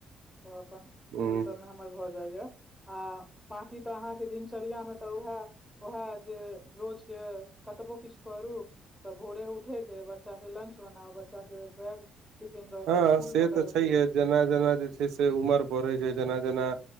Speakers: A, in the centre; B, on the right.
A: तऽ अपन
B: हूं
A: ओहि सभमे हमर घर। आ बकी तऽ अहाँकेँ दिनचर्या मे तऽ उएह। ओहा जे रोज के कतबो किछु करु। त भोरे उठेकेए बच्चा के लंच बनाउ बच्चा के बैग। टिफिन दऽ
B: ह
A: के स्कूल
B: से
A: पकड़बियौ
B: तऽ छैहे जेना जेना जे छै से उमर बढ़ैय छै जेना जेना।